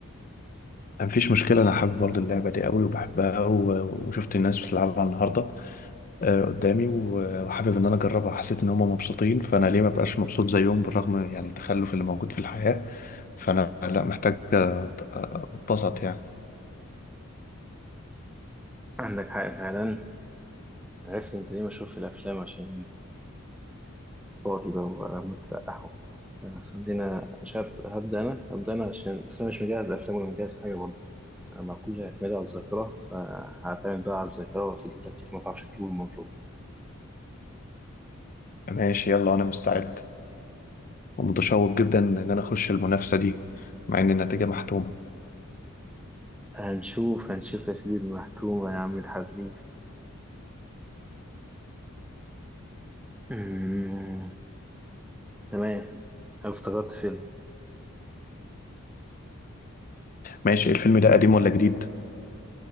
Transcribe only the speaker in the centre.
عندك حق فعلا عرفت أنت ليه مشهور في الأفلام عشان فاضي بقى وقاعد مترقح وبتاع آه، خلينا مش هبت- هبدأ أنا هبدأ أنا عشان بس أنا مش مجهز أفلام ولا مجهز حاجة برضه أنا مع كل اعتمادي على الذاكرة فهعتمد بقى على الذاكرة وهجيب لك فيلم ما تعرفش تجيبه المفروض
هنشوف هنشوف يا سيدي المحتومة يا عم الحريف أمم، تمام أنا افتكرت فيلم